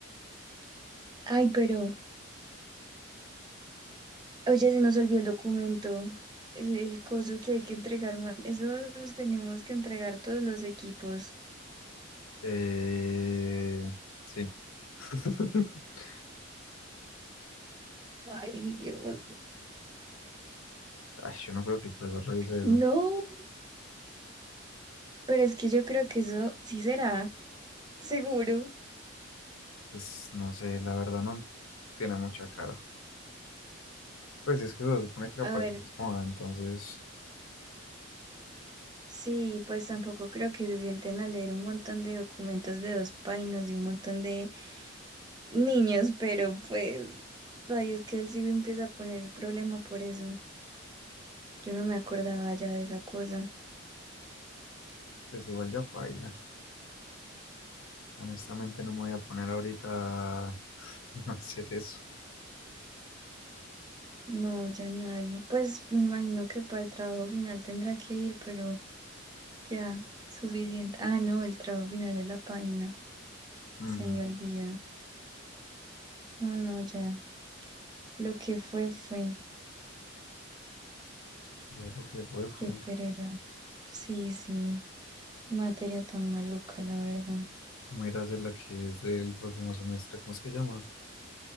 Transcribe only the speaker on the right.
Ay, pero Oye, se nos olvidó el documento, el, el coso que hay que entregar. man, Eso los tenemos que entregar todos los equipos.
Ay, Dios.
No, pero es que yo creo que eso sí será, seguro.
A
ver,
sí, pues tampoco creo que se sienten a leer un montón de documentos de dos páginas de un montón de niños, pero pues, ay, es que él sí me empieza a poner el problema por eso. Yo no me acordaba ya de esa cosa.
No, ya nadie. Pues me imagino que para el trabajo final tendrá que ir, pero ya, suficiente. Ah, no, el trabajo final es la página.
Se me olvida. No, no, ya. Lo que fue, fue.
Qué pereza. Sí, sí. Materia tan maluca, la verdad.